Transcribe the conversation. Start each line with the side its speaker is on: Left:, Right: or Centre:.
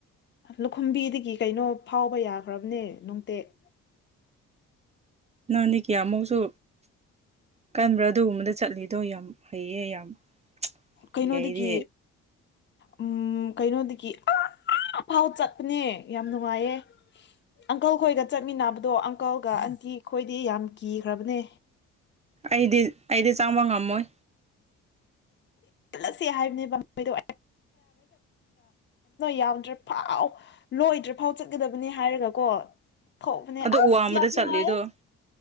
Left: ꯂꯨꯈꯨꯝꯕꯤꯗꯒꯤ ꯀꯩꯅꯣ ꯐꯥꯎꯕ ꯌꯥꯈ꯭ꯔꯕꯅꯦ ꯅꯨꯡꯇꯦꯛ
Right: ꯅꯪꯗꯤ ꯀꯌꯥ ꯃꯨꯛꯁꯨ ꯀꯟꯕ꯭ꯔꯥ ꯑꯗꯨꯒꯨꯝꯕꯗ ꯆꯠꯂꯤꯗꯣ ꯌꯥꯝ ꯍꯩꯌꯦ ꯌꯥꯝ
Left: ꯀꯩꯅꯣꯗꯒꯤ
Right: ꯀꯤ ꯑꯩꯗꯤ
Left: ꯎꯝ ꯀꯩꯅꯣꯗꯒꯤ ꯑ ꯑꯐꯥꯎ ꯆꯠꯄꯅꯦ ꯌꯥꯝ ꯅꯨꯡꯉꯥꯏꯌꯦ ꯑꯪꯀꯜ ꯈꯣꯏꯒ ꯆꯠꯃꯤꯟꯅꯕꯗꯣ ꯑꯪꯀꯜꯒ ꯑꯟꯇꯤ ꯈꯣꯏꯗꯤ ꯌꯥꯝ ꯀꯤꯈ꯭ꯔꯕꯅꯦ
Right: ꯑꯩꯗꯤ ꯑꯩꯗꯤ ꯆꯪꯕ ꯉꯝꯃꯣꯏ
Left: ꯆꯜꯂꯁꯤ ꯍꯥꯏꯕꯅꯦ ꯃꯣꯏꯗꯣ ꯌꯧꯗ꯭ꯔꯦ ꯐꯥꯎ ꯂꯣꯏꯗ꯭ꯔꯤ ꯐꯥꯎ ꯆꯠꯀꯗꯕꯅꯤ ꯍꯥꯏꯔꯒ ꯀꯣ ꯊꯣꯛꯕꯅꯦ
Right: ꯑꯗꯨ
Left: ꯑꯁ
Right: ꯋꯥꯡꯃꯗ
Left: ꯌꯥꯝ
Right: ꯆꯠꯂꯤꯗꯣ
Left: ꯅꯨꯡꯉꯥꯏ